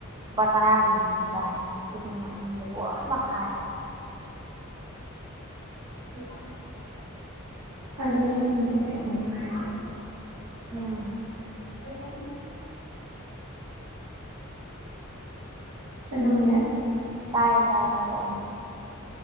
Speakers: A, on the right; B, on the right.
A: ꯂꯨꯄꯥ ꯇꯔꯥꯒꯤ ꯌꯨꯝꯗ ꯍꯥꯏ ꯈꯨꯗꯤꯡꯃꯛ ꯌꯨꯝꯗ ꯂꯣꯏ ꯃꯈ ꯍꯥꯏꯥꯏ
B: ꯏꯥ ꯑꯗꯣ ꯍꯁ ꯊꯃꯤꯇꯩꯒꯨꯅ ꯍꯥꯏ
A: ꯎꯝ
B: ꯑ ꯉ ꯆꯅꯣꯒ
A: ꯇꯥꯔꯦ ꯇꯥꯔꯦꯔꯣ